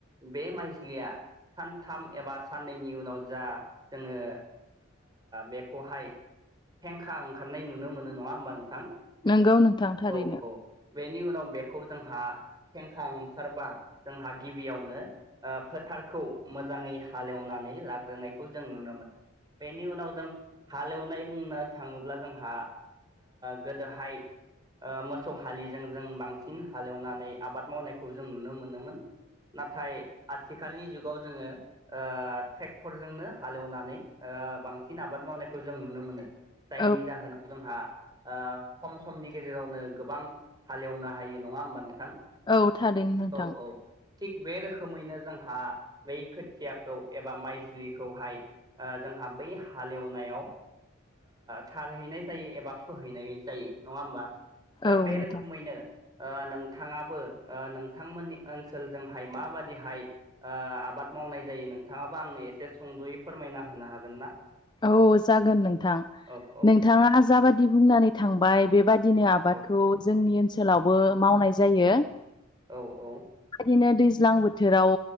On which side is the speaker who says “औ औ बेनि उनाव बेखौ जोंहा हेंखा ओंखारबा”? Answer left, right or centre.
Right